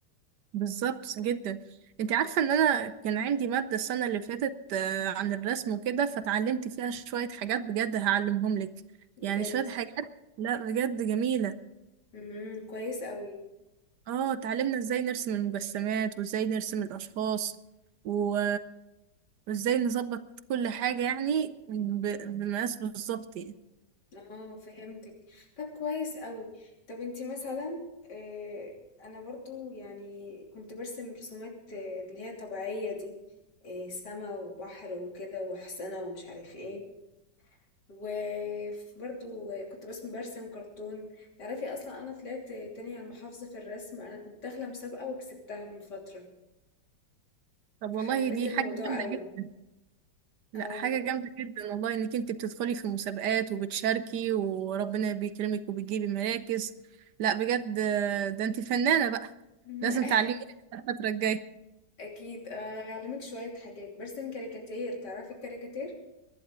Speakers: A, on the right; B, on the left.
A: بالظبط جدا انت عارفة ان انا كان عندي مادة السنة اللي فاتت آه، عن الرسم وكده فتعلمت فيها شوية حاجات بجد هعلمهم لك
B: بجد
A: يعني شوية حاجات لا بجد جميلة
B: امم كويس قوي
A: اه اتعلمنا ازاي نرسم المجسمات وازاي نرسم الاشخاص و... وازاي نظبط كل حاجة يعني ب- بمقاس بالظبط يعني
B: اه فهمتك طب كويس قوي طب انتي مثلا آه انا برضو يعني كنت برسم رسومات آه، اللي هي طبيعية دي آه سما وبحر وكده وحسنة ومش عارف ايه وبرضو كنت بس برسم كرتون تعرفي اصلا انا طلعت تانية على المحافظة في الرسم انا كنت داخلة مسابقة وكسبتها من فترة
A: طب
B: فحبيت
A: والله دي
B: الموضوع
A: حاجة جامدة
B: قوي
A: جدا لا
B: اه
A: حاجة جامدة جدا والله انك انت بتدخلي في مسابقات وبتشاركي وربنا بيكرمك وبتجيبي مراكز لا بجد آه، ده انت فنانة بقى
B: <laughs>
A: لازم تعلميني الفترة الجاية
B: اكيد آه، اعلمك شوية حاجات برسم كاريكاتير تعرفي الكاريكاتير